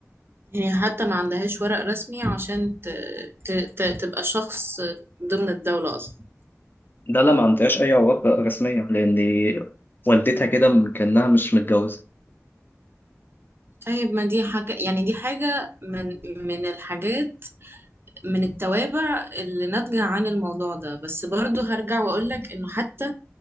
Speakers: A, on the right; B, on the left.
A: يعني حتى ما عندهاش ورق رسمي عشان ت... ت... ت... تبقى شخص ضمن الدولة أصلا
B: ده لا ما عندهاش أي علاقة رسمية لأن والدتها كده م- كأنها مش متجوزة
A: طيب ما دي حاجة يعني دي حاجة من من الحاجات من التوابع اللي ناتجة عن الموضوع ده بس برضو هرجع وأقولك إنه حتى